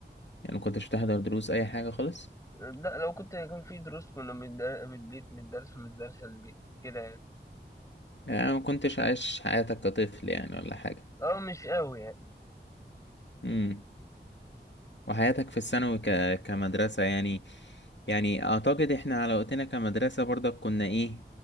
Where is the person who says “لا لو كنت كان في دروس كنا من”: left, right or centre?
Left